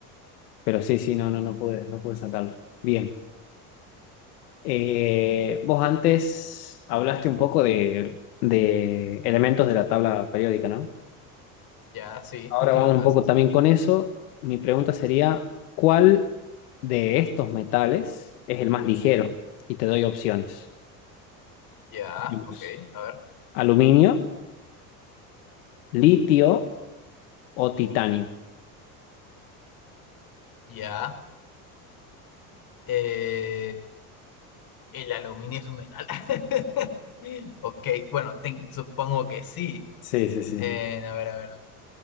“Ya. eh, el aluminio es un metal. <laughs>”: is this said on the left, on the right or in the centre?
Left